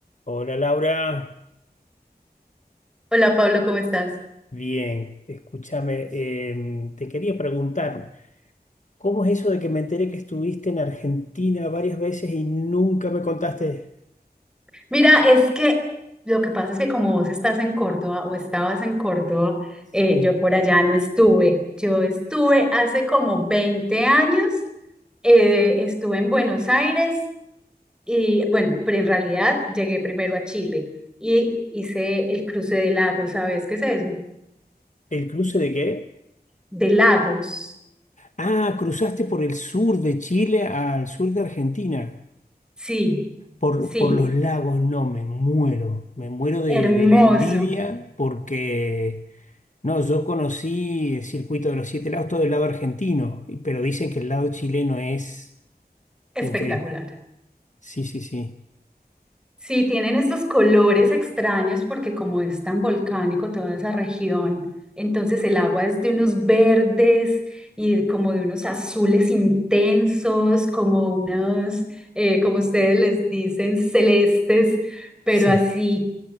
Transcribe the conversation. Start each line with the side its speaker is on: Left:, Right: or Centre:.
Left: Hola Laura,
Centre: Hola Pablo, ¿cómo estás?
Left: bien, escúchame, em, te quería preguntar, ¿cómo es eso de que me enteré que estuviste en Argentina varias veces y nunca me contaste?
Centre: Mira, es que lo que pasa es que como vos estás en Córdoba o estabas en Córdoba,
Left: Sí.
Centre: eh, yo por allá no estuve. Yo estuve hace como 20 años, eh, estuve en Buenos Aires y bueno, pero en realidad llegué primero a Chile y hice el cruce de lagos, ¿sabes qué es eso?
Left: ¿El cruce de qué?
Centre: De lagos.
Left: Ah, cruzaste por el sur de Chile al sur de Argentina,
Centre: Sí,
Left: por,
Centre: sí,
Left: por los lagos, no, me muero, me muero de,
Centre: hermoso,
Left: de la envidia porque, no, yo conocí el circuito de los siete lagos, todo el lado argentino, y- pero dicen que el lado chileno es
Centre: espectacular.
Left: increíble. Sí, sí, sí.
Centre: Sí, tienen estos colores extraños porque como es tan volcánico toda esa región, entonces el agua es de unos verdes y como de unos azules intensos, como unos, eh, como ustedes les dicen, celestes, pero
Left: Sí,
Centre: así